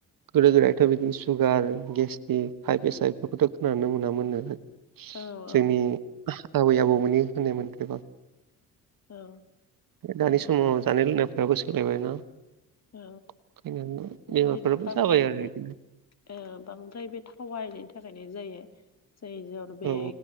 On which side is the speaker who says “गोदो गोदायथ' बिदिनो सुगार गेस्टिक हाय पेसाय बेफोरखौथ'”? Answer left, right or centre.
Right